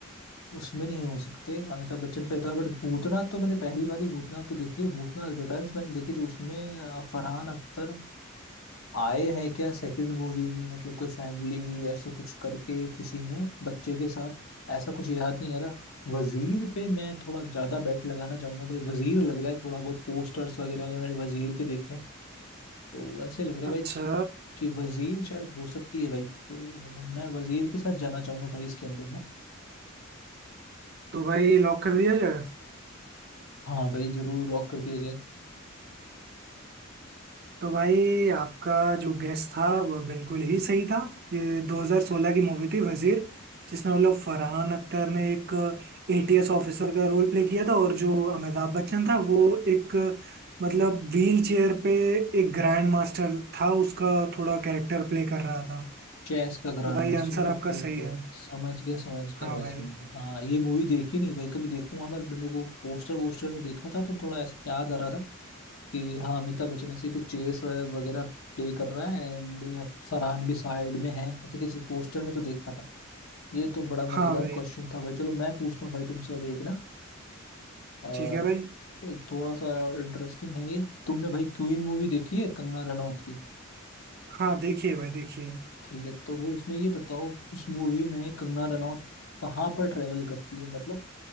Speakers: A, on the left (about 75°); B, on the right (about 50°).
A: उसमें नहीं हो सकते अमिताभ बच्चन पे तो है बट भूतनाथ तो मैंने पहली वाली भूतनाथ तो देखी है भूतनाथ रिटर्न्स मैंने देखी तो उसमें अ, फरहान अख्तर आए हैं क्या सेकंड मूवी में मतलब कोई फैमिली ऐसा कुछ करके किसी में बच्चे के साथ ऐसा कुछ याद नहीं आ रहा वजीर पे मैं थोड़ा ज्यादा बेट लगाना चाहूंगा भाई वजीर लग रहा है थोड़ा बहुत पोस्टर्स वगैरह अगर मैंने वजीर के देखे तो ऐसे लग रहा है
B: अच्छा
A: भाई कि वजीर शायद हो सकती है भाई तो मैं वजीर के साथ जाना चाहूंगा भाई इसके अंदर ना
B: तो भाई लॉक कर दिया जाए
A: हाँ भाई जरूर लॉक कर दिया जाए
B: तो भाई आपका जो गेस था वो बिल्कुल ही सही था ये 2016 की मूवी थी वजीर जिसमें मतलब फरहान अख्तर ने एक एटीएस ऑफिसर का रोल प्ले किया था और जो अमिताभ बच्चन था वो एक मतलब व्हील चेयर पे एक ग्रैंड मास्टर था उसका थोड़ा कैरेक्टर प्ले कर रहा था
A: चेस का ग्रैंड
B: तो भाई
A: मास्टर
B: आंसर
A: okay
B: आपका
A: okay
B: सही है
A: okay समझ गया समझ
B: हाँ
A: गया भाई
B: भाई
A: समझ गया हाँ ये मूवी देखी नहीं भाई कभी देखूंगा मैं मेरे को पोस्टर वोस्टर में देखा था तो थोड़ा ऐसा याद आ रहा था कि हाँ अमिताभ बच्चन ऐसे ही कुछ चेस वगैरह प्ले कर रहा है एंड फरहान भी साइड में है ऐसे किसी पोस्टर में तो देखा था ये तो बड़ा मजेदार
B: हाँ भाई
A: क्वेश्चन था भाई चलो मैं पूछता हूँ भाई तुमसे अब एक ना अ,
B: ठीक है भाई
A: थोड़ा सा इंटरेस्टिंग है ये तुमने भाई क्वीन मूवी देखी है कंगना रनौत की
B: हाँ देखिए भाई देखिए
A: ठीक है तो भाई उसमें ये बताओ उस मूवी में कंगना रनौत कहाँ पर ट्रेवल करती है मतलब